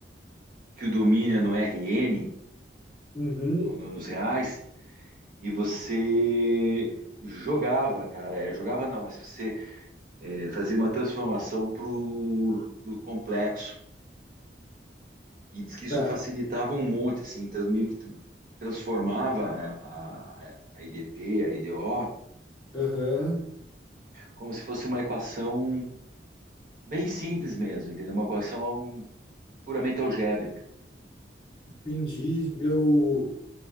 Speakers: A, on the right; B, on the left.
A: que o domínio é no RN,
B: Uhum,
A: no- no- nos reais, e você jogava, cara, é, jogava não, mas você é, fazia uma transformação pro, pro complexo. E diz que isso
B: tá.
A: facilitava um monte, assim, trans- meio que tran- transformava né, a, a, a IDP, a IDO,
B: Aham,
A: como se fosse uma equação bem simples mesmo, entendeu? Uma equação al- puramente algébrica.
B: entendi. Eu